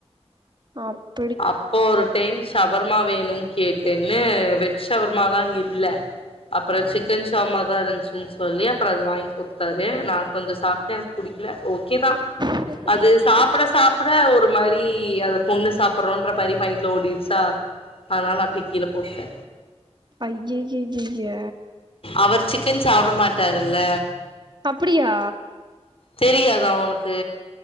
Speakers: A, on the right; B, on the left.
A: அப்
B: அப்போ ஒரு டைம் ஷவர்மா வேணுன் கேட்டேன்னு வெஜ் ஷவர்மாலா அங்க இல்ல அப்றோ சிக்கன் ஷவர்மா தா இருந்ச்சுன்னு சொல்லி அப்பறோ அது வாங்கி குத்தாரு நா கொஞ்ச சாப்ட்டே எனக்கு புடிக்குல ஓகே தா
A: சரி
B: அது சாப்ட சாப்ட ஒரு மாரி அத கொண்ணு சாப் புறோன்ற மாரி மைண்ட்ல ஓடிட்ச்சா அதனால அப்டி கீழ போட்டே
A: அய்யையையைய
B: அவர் சிக்கன் சாப்ட மாட்டாருல்ல
A: அப்டியா
B: தெரியாதா உனக்கு